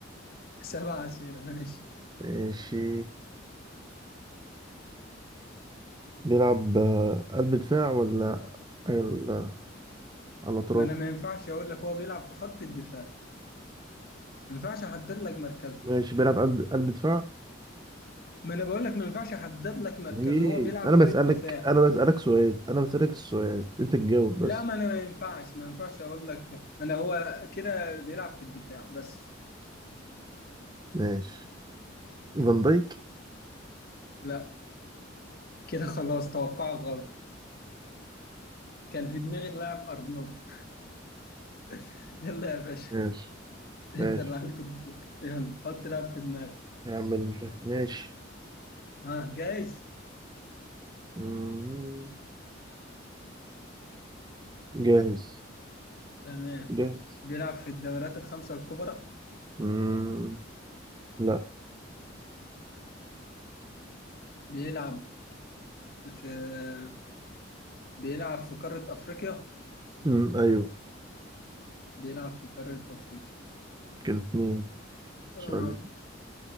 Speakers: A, on the left; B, on the right.
A: <laughs> سبع اسئله ماشي
B: ماشي بيلعب آه، قلب دفاع ولا ولا على أطراف
A: ما انا ما ينفعش اقول لك هو بيلعب في خط الدفاع ما ينفعش احدد لك مركزه
B: ماشي بيلعب قلب قلب دفاع
A: ما انا بقول لك ما ينفعش احدد لك مركز
B: ليه
A: هو بيلعب
B: أنا
A: في
B: بسألك
A: الدفاع
B: أنا بسألك سؤال أنا بسألك السؤال أنت تجاوب
A: لا
B: بس
A: ما انا ما ينفعش ما ينفعش اقول لك انا هو كده بيلعب في الدفاع بس
B: ماشي فان دايك
A: لا كده خلاص توقعك غلط كان في دماغي اللاعب ارنولد <laughs> يلا يا باشا
B: ماشي
A: انت
B: ماشي
A: اللي عليك الدور يلا حط لاعب في دماغك
B: يعمل ماشي
A: ها جاهز
B: مم، جاهز
A: تمام
B: جاهز
A: بيلعب في الدوريات الخمسة الكبرى
B: مم، لا
A: بيلعب في بيلعب في قارة افريقيا
B: مم، أيوه
A: بيلعب في قارة افريقيا
B: كده اتنين
A: آه.
B: شغالين